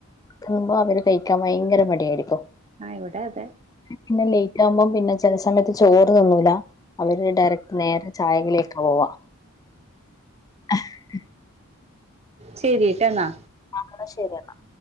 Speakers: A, on the left; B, on the right.
A: പുമ്പോ അവർ കഴിക്കാൻ ഭയങ്കര മടിയായിരിക്കും..
B: ഇവിടെ അതെ
A: പിന്നെ ലേറ്റ് ആവുമ്പോം പിന്നെ ചില സമയത്ത് ചോറ് നിന്നൂല അവര് ഡയറക്ട് നേരെ ചായകളൊക്കെ പോവാ.. <inaudible>
B: ശരിട്ടണന്നാ..
A: എന്ന ശരിയെന്നാ.